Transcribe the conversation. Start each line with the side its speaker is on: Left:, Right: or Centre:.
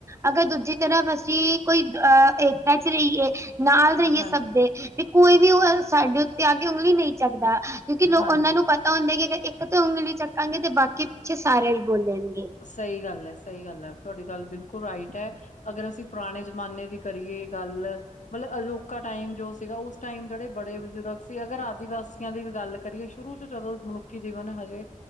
Right: ਅਗਰ ਦੂਜੀ ਤਰਫ਼ ਅਸੀਂ, ਕੋਈ ਅ ਏਕਤਾ'ਚ ਰਹੀਏ, ਨਾਲ ਰਹੀਏ
Left: ਹਾਂਜੀ
Right: ਸਭ ਦੇ। ਤੇ ਕੋਈ ਵੀ ਉਹ ਸਾਡੇ ਉੱਤੇ ਆਕੇ ਉਂਗਲੀ ਨਹੀਂ ਚੱਕਦਾ, ਕਿਉਂਕਿ ਲੋ
Left: ਹਾਂਜੀ
Right: ਉਹਨਾਂ ਨੂੰ ਪਤਾ ਤਾਂ ਹੁੰਦਾ, ਕਿ ਅ ਇੱਕ ਤਾਂ ਉਂਗਲੀ ਚੱਕਾਂਗੇ ਤੇ ਬਾਕੀ ਪਿੱਛੇ ਸਾਰੇ ਵੀ ਬੋਲਣਗੇ।
Left: ਸਹੀ ਗੱਲ ਐ, ਸਹੀ ਗੱਲ ਐ, ਤੁਹਾਡੀ ਗੱਲ ਬਿਲਕੁਲ ਰਾਈਟ ਐ। ਅਗਰ ਅਸੀਂ ਪੁਰਾਣੇ ਜਮਾਨੇ ਦੀ ਕਰੀਏ, ਗੱਲ ਮਤਲਬ ਅਜੋਕਾ ਟਾਈਮ ਜੋ ਸੀਗਾ, ਉਸ ਟਾਈਮ ਜਿਹੜੇ ਬੜੇ ਬਜ਼ੁਰਗ ਸੀ ਅਗਰ ਆਦਿਵਾਸੀਆਂ ਦੀ ਵੀ ਗੱਲ ਕਰੀਏ ਸ਼ੁਰੂ'ਚ ਜਦੋਂ ਮਨੁੱਖੀ ਜੀਵਨ ਹਜੇ,